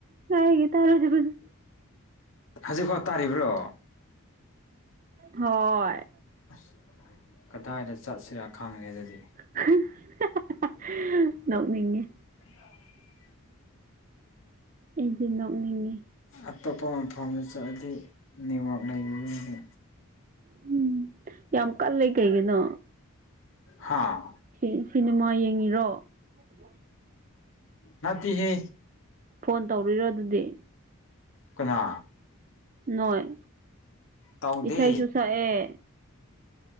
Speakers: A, on the right; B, on the left.
A: ꯇꯥꯌꯦ <unintelligible>
B: ꯍꯥꯖꯤꯛꯐꯥꯎ ꯇꯥꯔꯤꯕ꯭ꯔꯣ
A: ꯍꯣꯏ
B: ꯑꯁ ꯀꯗꯥꯏꯗ ꯆꯠꯁꯤꯔꯥ ꯈꯪꯉꯦ ꯑꯗꯨꯗꯤ
A: <unintelligible> ꯅꯣꯛꯅꯤꯡꯉꯦ
B: <unintelligible>
A: ꯑꯩꯗꯤ ꯅꯣꯛꯅꯤꯡꯉꯦ
B: ꯑꯇꯣꯞꯄ ꯃꯐꯝꯗ ꯆꯠꯂꯗꯤ ꯅꯦꯠꯋꯥꯛ ꯂꯩꯕꯒꯤꯅꯤ
A: ꯍꯨꯝ ꯌꯥꯝ ꯀꯜꯂꯦ ꯀꯩꯒꯤꯅꯣ
B: ꯍꯥꯥ
A: ꯁꯤ ꯁꯤꯅꯦꯃꯥ ꯌꯦꯡꯉꯤꯔꯣ <unintelligible>
B: ꯅꯠꯇꯤꯍꯦ
A: ꯐꯣꯟ ꯇꯧꯔꯤꯔ ꯑꯗꯨꯗꯤ
B: ꯀꯅꯥ
A: ꯅꯣꯏ
B: ꯇꯧꯗꯦ
A: ꯏꯁꯩꯁꯨ ꯁꯛꯑꯦ